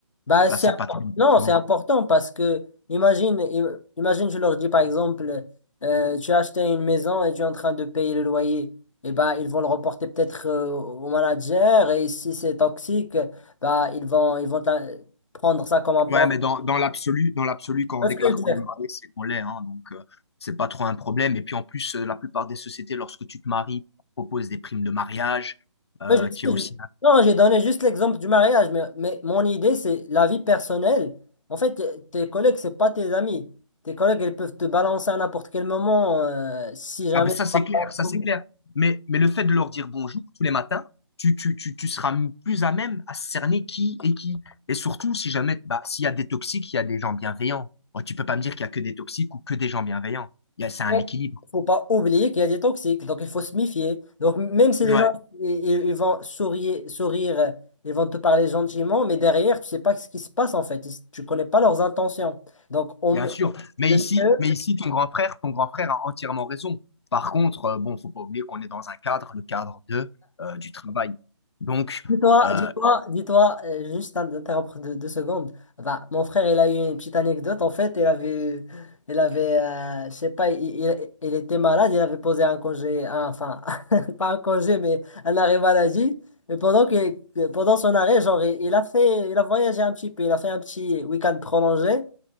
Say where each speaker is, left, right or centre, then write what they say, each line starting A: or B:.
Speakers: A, on the left; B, on the left.
A: Bah,
B: ça,
A: c'est
B: c'est
A: impor-
B: pas très important.
A: Non, c'est important parce que, imagine, im- imagine, je leur dis par exemple, euh, tu as acheté une maison et tu es en train de payer le loyer. Et bah, ils vont le reporter peut-être euh, au manager et si c'est toxique, bah, ils vont, ils vont t'in- prendre ça comme un pan.
B: Ouais, mais dans,
A: Tu
B: dans l'absolu, dans l'absolu, quand
A: vois
B: on déclare
A: ce que je veux
B: qu'on
A: dire?
B: est marié, c'est qu'on l'est. hein. donc, euh, c'est pas trop un problème. Et puis, en plus, euh, la plupart des sociétés, lorsque tu te maries, proposent des primes de mariage, euh,
A: Oui, je
B: qui
A: sais,
B: est aussi
A: je- Non, j'ai donné juste l'exemple du mariage, mais, mais mon idée, c'est la vie personnelle. En fait, t- tes collègues, c'est pas tes amis. Tes collègues, ils peuvent te balancer à n'importe quel moment euh, si jamais
B: Ah ben ça
A: ça
B: c'est
A: va
B: clair,
A: pas
B: ça c'est clair. Mais, mais le fait de leur dire bonjour tous les matins, tu, tu, tu, tu seras m- plus à même à cerner qui est qui. Et surtout, si jamais, bah, s'il y a des toxiques, il y a des gens bienveillants. Bon, tu peux pas me dire qu'il y a que des toxiques ou que des gens bienveillants. Il y a, c'est un
A: Mais
B: équilibre.
A: il faut pas oublier qu'il y a des toxiques, donc il faut se méfier. Donc même si
B: Ouais,
A: les gens ils, ils- ils vont sourire, sourire, ils vont te parler gentiment, mais derrière, tu sais pas ce qui se passe en fait. Ils- Tu connais pas leurs intentions. Donc on,
B: bien
A: me-
B: sûr. Mais
A: le
B: ici,
A: mieux,
B: mais ici, ton grand frère, ton grand frère a entièrement raison. Par contre, euh, bon, faut pas oublier qu'on est dans un cadre, le cadre de, euh, du travail. Donc,
A: Dis-toi,
B: euh,
A: dis-toi, dis-toi, euh, juste un- interrompre deux, deux secondes. Bah, mon frère, il a eu une petite anecdote. En fait, il avait, il avait, euh, je sais pas, il, il- il était malade. Il avait posé un congé, un- enfin, <laughs> pas un congé, mais un arrêt maladie. Mais pendant que, que- pendant son arrêt, genre, il, il a fait, il a voyagé un petit peu. Il a fait un petit week-end prolongé.